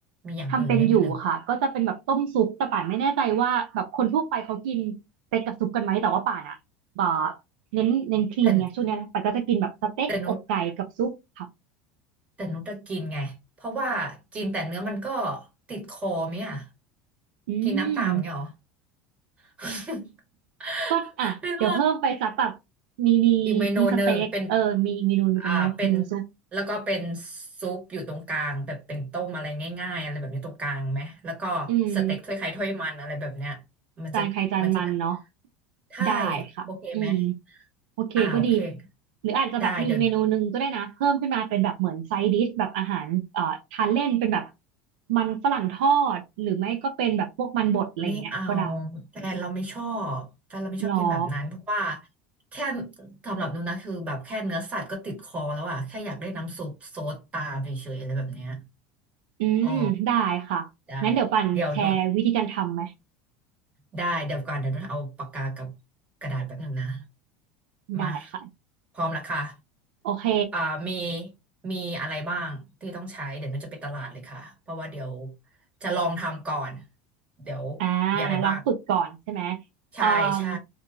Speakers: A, on the right; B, on the right.
A: มีอย่างอื่นด้วยไหมหรือ
B: ทำเป็นอยู่ค่ะก็จะเป็นแบบต้มซุปแต่ป่านไม่แน่ใจว่าแบบคนทั่วไปเขากินสเต็กกับซุปกันไหมแต่ว่าป่านอ่ะแบบเน้นเน้นคลีนไงช่วงเนี้ยป่านก็จะกินแบบสเต็กอกไก่กับซุปค่ะ
A: แต่แต่นุชแต่นุชจะกินไงเพราะว่ากินแต่เนื้อมันก็ติดคอไหมอ่ะ
B: อื
A: กินน้ำตามอย่างเงี้ยเหรอ
B: ม
A: <laughs>
B: ก็อ่ะเดี๋ยวเพิ่มไปสักแบบ
A: ไม่รู้
B: มีมี
A: อีกเมนูหนึ่งเป็น
B: มีสเต็กเออมีอีกเมนูหนึ่งเป็นเมนูซุป
A: อ่าเป็นแล้วก็เป็นซุปอยู่ตรงกลางแบบเป็นต้มอะไรง่ายๆอะไรแบบนี้ตรงกลางไหมแล้วก็สเต็กถ้วยไข่ถ้วยมันอะไรแบบเนี้ย
B: อืม
A: มันจะมันจะได้
B: จานใครจานมันเนาะ
A: ใช่
B: ได้ค่ะอืม
A: โอเคไหม
B: โอเคก็ดี
A: อ่าโอเค
B: หรืออาจจะแบบมีอีกเมนูหนึ่งก็ได้นะเพิ่มขึ้นมาเป็นแบบเหมือนไซด์ดิชแบบอาหารเอ่อทานเล่นเป็นแบบ
A: ได้เดี๋ยว
B: มันฝรั่งทอดหรือไม่ก็เป็นแบบพวกมันบดอะไรอย่างเงี้ยก็ได้
A: ไม่เอาแฟนเราไม่ชอบแฟนเราไม่ชอบกินแบบนั้นเพราะว่า
B: หรอ
A: แค่สำหรับหนูนะคือแบบแค่เนื้อสัตว์ก็ติดคอแล้วอะแค่อยากได้น้ำซุปโซดตามเฉยๆอะไรแบบเนี้ย
B: อืมได้ค่ะงั้นเดี๋ยวปันแชร์วิธีการทำไหม
A: อ๋อได้เดี๋ยวหนู ได้เดี๋ยวก่อนเดี๋ยวนุ่นเอาปากกากับกระดาษแป๊บหนึ่งนะ
B: ได้ค่ะ
A: มาพร้อมละค่ะ
B: โอเค
A: อ่ามีมีอะไรบ้างที่ต้องใช้เดี๋ยวนุ่นจะไปตลาดเลยค่ะเพราะว่าเดี๋ยวจะลองทำก่อนเดี๋ยว
B: อ่า
A: มีอะไรบ้าง
B: ลองฝึกก่อนใช่ไหม
A: ใช่ใช่
B: เอ่ม